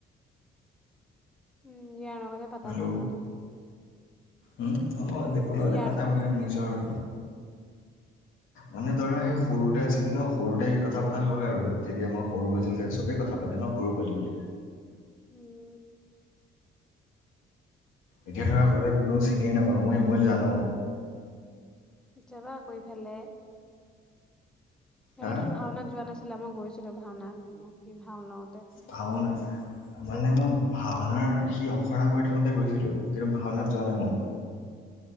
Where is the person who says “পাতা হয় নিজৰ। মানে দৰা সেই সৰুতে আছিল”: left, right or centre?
Left